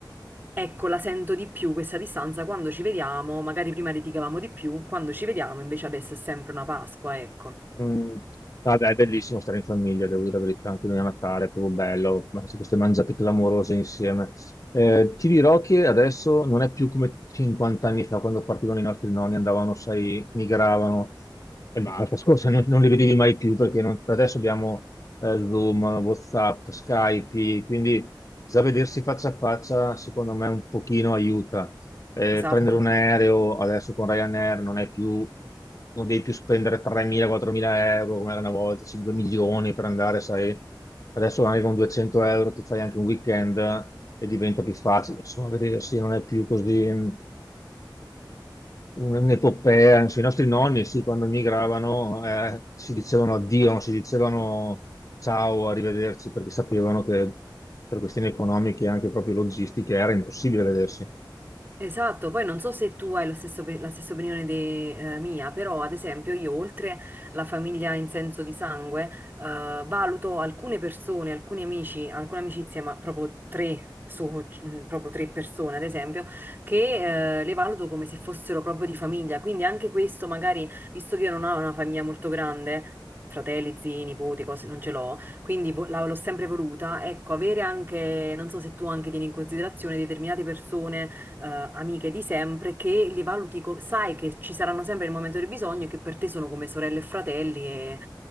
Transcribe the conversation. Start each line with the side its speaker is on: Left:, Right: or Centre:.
Right: ecco, la sento di più questa distanza quando ci vediamo, magari prima litigavamo di più, quando ci vediamo invece adesso è sempre una Pasqua, ecco.
Left: Mm. Vabbè, è bellissimo stare in famiglia, devo dire la verità, anche noi a Natale è proprio bello, ma se queste mangiate clamorose insieme. Eh, ti dirò che adesso non è più come 50 anni fa, quando partivano i nostri nonni, andavano, sai, migravano e basta, scorsa non, non li vedevi mai più perché non- adesso abbiamo eh, Zoom, WhatsApp, Skype, quindi già vedersi faccia a faccia, secondo me, un pochino aiuta eh,
Right: Esatto.
Left: prendere un aereo adesso con Ryanair non è più, non devi più spendere 3.000-4.000 euro come era una volta, 5 milioni per andare, sai, adesso anche con 200 euro ti fai anche un weekend e diventa più facile, insomma, vedersi non è più così ehm, un'epopea, anzi, i nostri nonni, sì, quando migravano eh, si dicevano addio, non si dicevano ciao, arrivederci, perché sapevano che per questioni economiche e anche proprio logistiche era impossibile vedersi.
Right: Esatto, poi non so se tu hai lo stesso pe- la stessa opinione de- eh, mia, però ad esempio io oltre la famiglia in senso di sangue, eh, valuto alcune persone, alcuni amici, alcune amicizie, ma proprio tre, su, mm, proprio tre persone ad esempio, che eh, le valuto come se fossero proprio di famiglia, quindi anche questo magari, visto che io non ho una famiglia molto grande, fratelli, zii, nipoti, cose non ce l'ho, quindi vo- la- l'ho sempre voluta, ecco, avere anche, non so se tu anche tieni in considerazione determinate persone eh, amiche di sempre che li valuti, co- sai che ci saranno sempre il momento del bisogno e che per te sono come sorelle e fratelli e